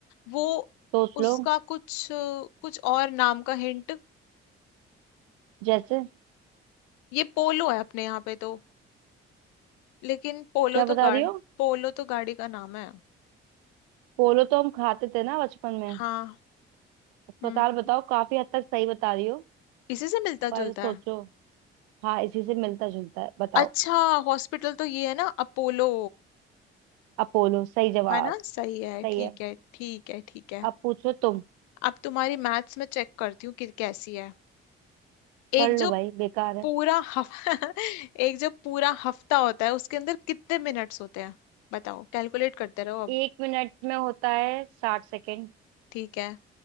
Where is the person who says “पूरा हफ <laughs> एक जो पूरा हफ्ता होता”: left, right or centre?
Left